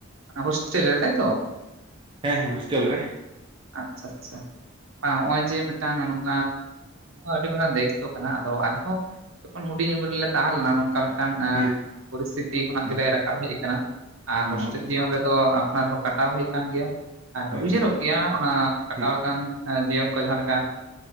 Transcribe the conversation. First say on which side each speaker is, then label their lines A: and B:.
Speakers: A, on the right (about 70°); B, on the right (about 25°).
A: ᱦᱳᱥᱴᱮᱞ ᱨᱮ ᱛᱟᱭ ᱛᱚ
B: ᱦᱮᱸ ᱦᱮᱸ ᱦᱳᱥᱴᱮᱞ ᱨᱮ᱾
A: ᱟᱪᱷᱟ ᱟᱪᱷᱟ ᱱᱚᱜᱼᱚᱭ ᱡᱮ ᱢᱤᱫᱴᱟᱝ ᱱᱚᱝ ᱟᱹᱰᱤ ᱢᱟᱨᱟᱝ ᱫᱟᱭᱤᱛᱚ ᱠᱟᱱᱟ ᱟᱫᱚ ᱟᱞᱮ ᱦᱚᱸ ᱡᱚᱠᱷᱚᱱ ᱦᱩᱰᱤᱧ ᱩᱢᱮᱨ ᱞᱮ ᱛᱟᱦᱮᱸ ᱞᱮᱱᱟ ᱱᱚᱝᱠᱟ ᱢᱤᱫᱴᱟᱝ
B: ᱦᱮᱸ
A: ᱯᱚᱨᱤᱥᱛᱷᱤᱛᱤ ᱠᱷᱚᱱᱟᱜ
B: ᱦᱮᱸ
A: ᱜᱮᱞᱮ ᱨᱟᱠᱟᱵ ᱦᱮᱡ ᱟᱠᱟᱱᱟ ᱟᱨ
B: ᱚ
A: ᱦᱳᱥᱴᱮᱞ ᱡᱤᱭᱚᱱ ᱨᱮᱫᱚ ᱟᱯᱱᱟᱨ ᱠᱷᱟᱴᱟᱣ ᱦᱩᱭ ᱟᱠᱟᱱ ᱜᱮᱭᱟ ᱟᱨ
B: ᱦᱮᱸ
A: ᱩᱭᱦᱟᱹᱨᱚᱜ ᱜᱮᱭᱟ ᱚᱱᱟ ᱠᱟᱴᱟᱣ
B: ᱦᱮᱸ
A: ᱟᱠᱟᱱ ᱡᱤᱭᱚᱱ ᱠᱚ ᱡᱟᱦᱟᱸ ᱞᱮᱠᱟ